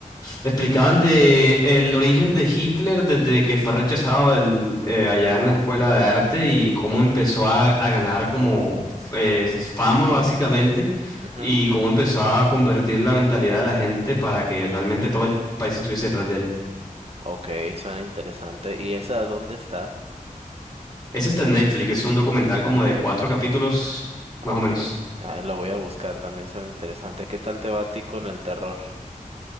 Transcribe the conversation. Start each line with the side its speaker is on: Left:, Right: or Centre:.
Left: Explicaban de el origen de Hitler desde que fue rechazado del- eh, allá en la escuela de arte y cómo empezó a, a ganar como eh, fama básicamente
Right: ujú,
Left: y cómo empezó a convertir la mentalidad de la gente para que realmente todo el país estuviese detrás de él.
Right: ok, suena interesante. ¿Y esa dónde está?
Left: Ese está en Netflix, es un documental como de cuatro capítulos
Right: Ok,
Left: más o menos.
Right: ah, lo voy a buscar, también suena interesante. ¿Qué tal te va a ti con el terror?